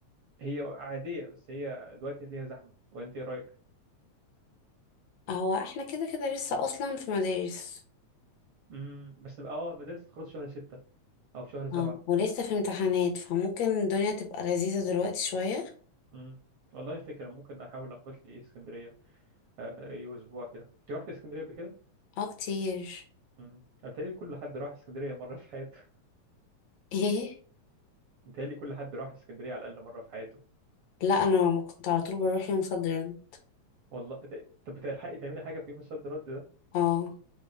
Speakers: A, on the right; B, on the left.
A: هي عادية بس هي دلوقتي هتلاقيها زحمة وأنت إيه رأيك؟
B: هو احنا كده كده لسه اصلا في مدارس
A: امم بس اه المدارس تخلص شهر ستة أو في شهر سبعة
B: اه ولسه في امتحانات فممكن الدنيا تبقى لذيذه دلوقتي شويه
A: امم والله فكرة ممكن أحاول أخبط لي اسكندرية آه، أي أسبوع كده أنت رحت اسكندرية قبل كده؟
B: اه كتير
A: امم أنا بيتهيألي كل حد راح اسكندرية مرة في حياته
B: <laughs> ايه
A: متهيألي كل حد راح اسكندرية على الأقل مرة في حياته
B: لا انا كنت على طول بروح يوم صد رد
A: والله ت- طب بتلحقي تعملي حاجة في يوم الصد رد ده
B: اه